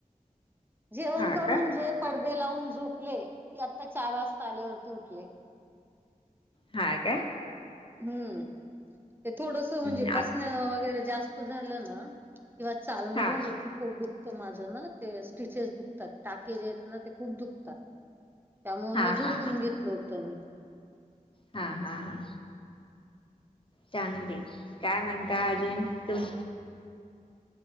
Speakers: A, on the right; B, on the left.
A: जेवण
B: हा
A: करून
B: का
A: जे पडदे लावून झोपले ते आता चार वाजता आल्यावरती उठले.
B: हा का
A: हम्म ते थोडस म्हणजे
B: हा
A: बसण्या वगैरे जास्त झालं ना किंवा चालणं
B: हा
A: झालं
B: हा
A: कि पोट दुखतो माझं ना ते स्टिचेस दुखतात टाके जे आहेत ना ते खूप दुखतात. त्यामुळे
B: हा
A: मग
B: हा
A: झोपून घेतलं होतं मी.
B: हा हा हा. चांगली काय म्हणता अजून तुम